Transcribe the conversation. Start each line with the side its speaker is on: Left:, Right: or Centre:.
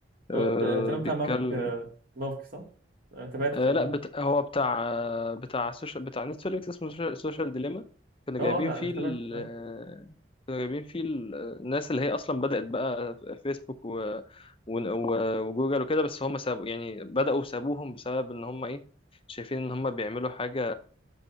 Right: اه
Left: أه
Right: ت- تمام
Left: بيتكلم
Right: بتاع مافك آه، مافك صح؟ آه، تابعته
Left: أه
Right: تمام
Left: لا بت... هو بتاع آه، بتاع سوشيال بتاع نتفليكس اسمه سوشيال, سوشيال ديليما كانوا
Right: اه
Left: جايبين
Right: اه
Left: فيه
Right: تابعته
Left: ال...
Right: تمام.
Left: آه، كانوا جايبين فيه ال- آه، الناس اللي هي اصلا بدأت بقى فيسبوك و... و... و- وجوجل وكده بس هم سابوا يعني بدأوا سابوهم بسبب ان هم ايه شايفين ان هم بيعملوا حاجة